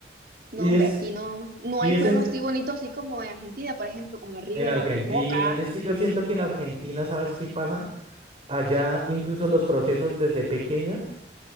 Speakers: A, on the right; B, on the right.
A: No,
B: Y
A: hombre,
B: es,
A: aquí no, no
B: y
A: hay
B: es
A: juegos
B: en,
A: así bonitos, así como en Argentina, por ejemplo, como el River
B: en Argentina.
A: o el Boca.
B: Es que yo siento que en Argentina, ¿sabes qué pasa? Allá incluso los procesos desde pequeños,